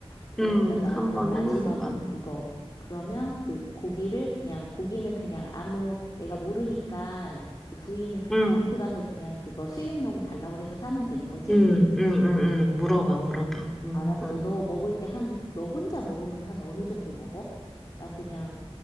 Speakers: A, on the left; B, in the centre.
A: 그러니까
B: 응,
A: 나
B: 한번
A: 그럼 마지막으로
B: 해먹어봐.
A: 그거. 그러면 그 고기를 그냥, 고기는 그냥 아무, 내가 모르니까 그 부위는 그냥
B: 응.
A: 마트 가서 그냥 그거 수육용 달라고 해서 사면 되는 거지?
B: 응, 응, 응, 응. 물어봐,
A: 어,
B: 물어봐. 응,
A: 알았어.
B: 응.
A: 너 먹을 때 한, 너 혼자 먹으면 한 어느 정도 먹어? 나 그냥,